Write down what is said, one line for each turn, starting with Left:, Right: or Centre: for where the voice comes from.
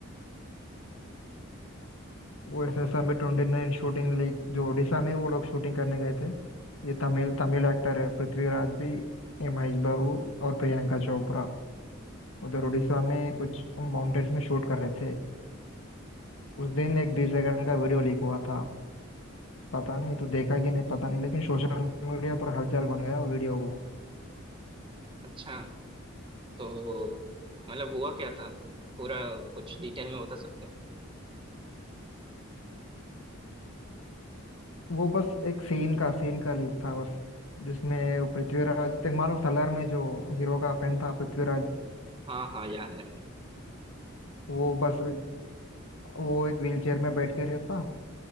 Left: वो एस एस में ट्वेंटी नाइन शूटिंग लीग जो उड़ीसा में वो लोग शूटिंग करने गए थे ये तमिल तमिल एक्टर है पृथ्वीराज भी ये महेश बाबू और प्रियंका चोपड़ा उधर उड़ीसा में कुछ माउंटेन्स में शूट कर रहे थे उस दिन एक बीस सेकंड का वीडियो लीक हुआ था पता नहीं तो देखा कि नहीं पता नहीं लेकिन सोशल मीडिया पर हलचल बन गया वीडियो को
Right: अच्छा तो मतलब हुआ क्या था पूरा कुछ डिटेल में बता सकते हो
Left: वो बस एक सीन का सीन का लीक था बस जिसमें पृथ्वीराज तक मालूम सलार में जो हीरो का फ्रेंड था पृथ्वीराज
Right: हाँ हाँ याद है मेरे को
Left: वो बस वो एक व्हीलचेयर में बैठ के रहता